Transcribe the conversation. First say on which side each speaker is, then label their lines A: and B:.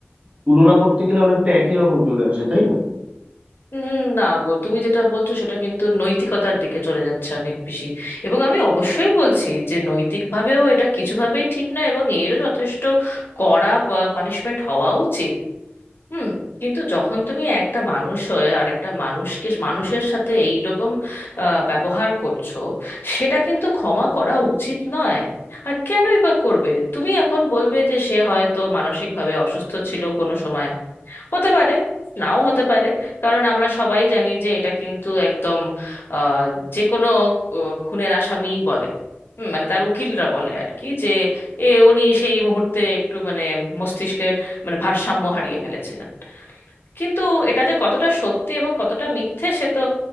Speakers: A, on the right (about 30°); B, on the left (about 60°).
A: তুলনা করতে গেলে অনেকটা একই রকম চলে আসে তাই না
B: উম, না গো তুমি যেটা বলছো সেটা কিন্তু নৈতিকতার দিকে চলে যাচ্ছে অনেক বেশি এবং আমি অবশ্যই বলছি যে নৈতিকভাবেও এটা কিছুভাবেই ঠিক না এবং এরও যথেষ্ট কড়া পানিশমেন্ট হওয়া উচিত হুম কিন্তু যখন তুমি একটা মানুষ হয়ে আরেকটা মানুষকে মানুষের সাথে এইরকম আহ, ব্যবহার করছো সেটা কিন্তু ক্ষমা করা উচিত নয় আর কেনই বা করবে তুমি এখন বলবে যে সে হয়তো মানসিকভাবে অসুস্থ ছিল কোনো সময় হতে পারে নাও হতে পারে কারণ আমরা সবাই জানি যে এটা কিন্তু একদম আহ, যে কোনো আহ, খুনের আসামিই বলে হুম, মানে তার উকিলরা বলে আর কি যে এ উনি সেই মুহূর্তে একটু মানে মস্তিষ্কের মানে ভারসাম্য হারিয়ে ফেলেছিলেন কিন্তু এটা যে কতটা সত্যি এবং কতটা মিথ্যে সে তো